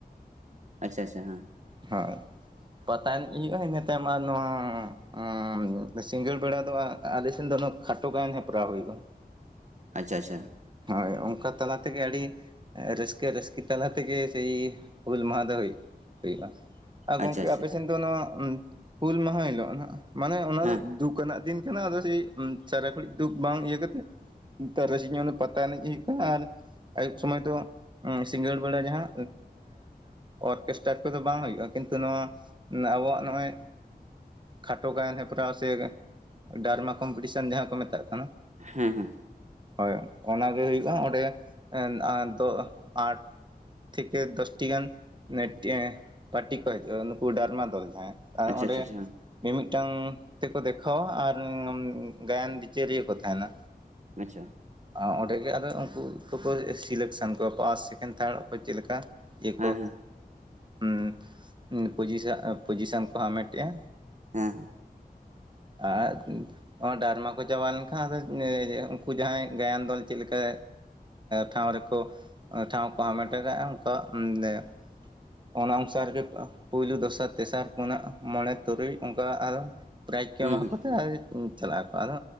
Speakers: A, on the right (about 45°); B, on the right (about 30°).
A: ᱟᱪᱪᱷᱟ ᱟᱪᱪᱷᱟ ᱦᱩᱸ ᱾
B: ᱦᱩᱸ ᱯᱟᱛᱟ ᱮᱱᱮᱡ ᱦᱩᱭᱩᱜᱼᱟ ᱤᱱᱟᱹ ᱛᱟᱭᱚᱢ ᱟᱨ ᱱᱚᱣᱟ ᱥᱤᱸᱜᱟᱹᱲ ᱵᱮᱲᱟ ᱫᱚ ᱟᱞᱮ ᱥᱮᱱ ᱫᱚ ᱠᱷᱟᱴᱚ ᱜᱟᱭᱟᱱ ᱦᱮᱯᱨᱟᱣ ᱦᱩᱭᱩᱜᱼᱟ ᱾
A: ᱟᱪᱪᱷᱟ ᱟᱪᱪᱷᱟ ᱾
B: ᱦᱳᱭ ᱚᱱᱠᱟ ᱛᱟᱞᱟ ᱛᱮᱜᱮ ᱟᱹᱰᱤ ᱨᱟᱹᱥᱠᱟᱹ ᱨᱟᱹᱥᱠᱤ ᱛᱟᱞᱟ ᱛᱮᱜᱮ ᱥᱮᱭ ᱦᱩᱞ ᱢᱟᱦᱟ ᱫᱚ ᱦᱩᱭ ᱦᱩᱭᱩᱜᱼᱟ, ᱟᱨ ᱜᱚᱝᱠᱮ
A: ᱟᱪᱪᱷᱟ ᱟᱪᱪᱷᱟ
B: ᱟᱯᱮ ᱥᱮᱱ ᱫᱚ ᱱᱚᱣᱟ ᱦᱩᱞ ᱢᱟᱦᱟ ᱦᱤᱞᱳᱜ ᱦᱟᱸᱜ ᱢᱟᱱᱮ ᱚᱱᱟ
A: ᱦᱮᱸ
B: ᱫᱚ ᱫᱩᱠ ᱟᱱᱟᱜ ᱫᱤᱱ ᱠᱟᱱᱟ ᱟᱫᱚ ᱥᱮᱭ ᱪᱟᱨᱟ ᱜᱷᱟᱹᱲᱤᱡ ᱫᱩᱠ ᱵᱟᱝ ᱤᱭᱟᱹ ᱠᱟᱛᱮᱫ ᱛᱟᱨᱟᱥᱤᱧᱤᱭᱟᱹ ᱯᱟᱛᱟ ᱮᱱᱮᱡ ᱦᱩᱭᱩᱜ ᱠᱟᱱᱟ ᱟᱨ ᱟᱹᱭᱩᱵ ᱥᱚᱢᱚᱭ ᱫᱚ ᱥᱤᱸᱜᱟᱹᱲ ᱵᱮᱲᱟ ᱡᱟᱦᱟᱸ ᱚᱨᱠᱮᱥᱴ ᱪᱟᱛ ᱠᱚᱫᱚ ᱵᱟᱝ ᱦᱩᱭᱩ-ᱼᱟ ᱠᱤᱱᱛᱩ ᱱᱚᱣᱟ ᱟᱵᱚᱣᱟᱜ ᱱᱚᱜ-ᱚᱸᱭ ᱠᱷᱟᱴᱚ ᱜᱟᱭᱟᱱ ᱦᱮᱯᱨᱟᱣ ᱥᱮ ᱰᱟᱨᱢᱟ ᱠᱚᱢᱯᱤᱴᱤᱥᱟᱱ ᱡᱟᱦᱟᱸ ᱠᱚ ᱢᱮᱛᱟᱜ ᱠᱟᱱᱟ᱾
A: ᱦᱮᱸ ᱦᱮᱸ
B: ᱦᱳᱭ, ᱚᱱᱟ ᱜᱮ ᱦᱩᱭᱩᱜᱼᱟ ᱚᱸᱰᱮ ᱮᱱ ᱟᱸ ᱫᱳ ᱟᱸᱴ ᱛᱷᱤᱠᱮ ᱫᱚᱥ ᱴᱤᱡ ᱜᱟᱱ ᱱᱮᱴ ᱴᱮᱸ ᱯᱟᱹᱴᱤ ᱠᱚ ᱦᱤᱡᱩᱜᱼᱟ, ᱱᱩᱠᱩ ᱰᱟᱨᱢᱟ ᱫᱚᱞ ᱡᱟᱦᱟᱸᱭ ᱟ
A: ᱟᱪᱪᱷᱟ
B: ᱚᱸᱰᱮ
A: ᱟᱪᱪᱷᱟ ᱟᱪᱪᱷᱟ
B: ᱢᱤ-ᱢᱤᱫᱴᱟᱝ ᱛᱮᱠᱚ ᱫᱮᱠᱷᱟᱣᱟ ᱟᱨ ᱜᱟᱭᱟᱱ ᱵᱤᱪᱟᱹᱨᱤᱭᱟᱹ ᱠᱚ ᱛᱟᱦᱮᱱᱟ
A: ᱟᱪᱪᱷᱟ᱾
B: ᱟᱸ ᱚᱸᱰᱮ ᱜᱮ ᱟᱫᱚ ᱩᱱᱠᱩ ᱠᱚᱠᱚ ᱥᱤᱞᱮᱠᱥᱟᱱ ᱠᱚᱣᱟ ᱯᱟᱥ, ᱥᱮᱠᱮᱱᱰ, ᱛᱷᱟᱰ ᱚᱠᱚᱭ ᱪᱮᱫ ᱞᱮᱠᱟ? ᱤᱭᱟᱹᱠᱚ
A: ᱦᱮᱸ ᱦᱮᱸ ᱦᱮᱸ
B: ᱩᱸ ᱩᱸ ᱯᱚᱡᱤᱥᱟ ᱯᱚᱡᱤᱥᱟᱱ ᱠᱚᱦᱚᱸ ᱦᱟᱢᱮᱴᱮᱫᱼᱟ᱾
A: ᱦᱮᱸ᱾
B: ᱟᱜ <unintelligible> ᱚ ᱰᱟᱨᱢᱟ ᱠᱚ ᱪᱟᱵᱟ ᱞᱮᱱᱠᱷᱟᱱ ᱩᱱᱠᱩ ᱡᱟᱦᱟᱸᱭ ᱜᱟᱭᱟᱱ ᱫᱚᱞ ᱪᱮᱫ ᱞᱮᱠᱟ ᱴᱷᱟᱶ ᱨᱮᱠᱚ ᱴᱷᱟᱶ ᱠᱚ ᱦᱟᱢᱮᱴᱚ ᱠᱟᱫ-ᱟ ᱚᱝᱠᱟ ᱫᱮ ᱚᱱᱟ ᱚᱱᱩᱥᱟᱨ ᱨᱮᱜᱮ ᱯᱩᱭᱞᱩ, ᱫᱚᱥᱟᱨ, ᱛᱮᱥᱟᱨ, ᱯᱩᱱᱟᱜ, ᱢᱚᱬᱮ ᱛᱩᱨᱩᱭ ᱚᱱᱠᱟ ᱟᱫᱚ ᱯᱨᱟᱭᱤᱡᱽ ᱠᱚ
A: ᱦᱩᱸ
B: ᱮᱢᱟ
A: ᱦᱩᱸ
B: ᱠᱚᱛᱮ ᱟᱫᱚ ᱪᱟᱞᱟᱜ ᱟᱠᱚ ᱟᱫᱚ